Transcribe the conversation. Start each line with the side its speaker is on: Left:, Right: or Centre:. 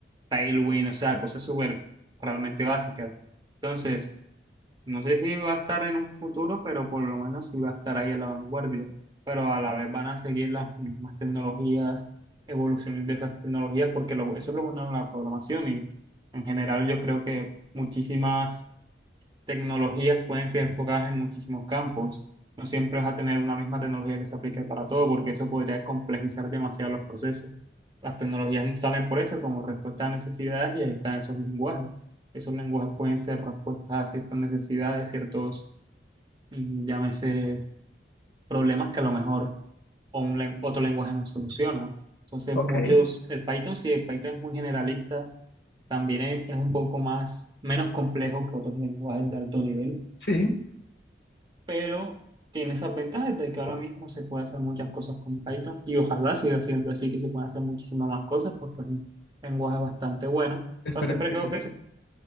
Right: Tailwind, o sea, cosas súper realmente básicas. Entonces, no sé si va a estar en un futuro, pero por lo menos sí va a estar ahí a la vanguardia. Pero a la vez van a seguir las mismas tecnologías, evoluciones de esas tecnologías, porque lo- eso es lo bueno de la programación y en general yo creo que muchísimas tecnologías pueden ser enfocadas en muchísimos campos. No siempre vas a tener una misma tecnología que se aplique para todo, porque eso podría complejizar demasiado los procesos. Las tecnologías salen por eso, como respuesta a necesidades, y ahí están esos lenguajes. Esos lenguajes pueden ser respuestas a ciertas necesidades, ciertos, mm, llámese, problemas que a lo mejor o un len- otro lenguaje no soluciona. Entonces,
Left: Ok,
Right: muchos, el Python sí, el Python es muy generalista, también es, es un poco más, menos complejo que otros lenguajes de alto nivel
Left: sí,
Right: pero tiene esas ventajas de que ahora mismo se puede hacer muchas cosas con Python y ojalá siga siendo así, que se puedan hacer muchísimas más cosas, porque es un lenguaje bastante bueno,
Left: esperemos
Right: pero siempre
Left: que
Right: creo
Left: sí.
Right: que, se-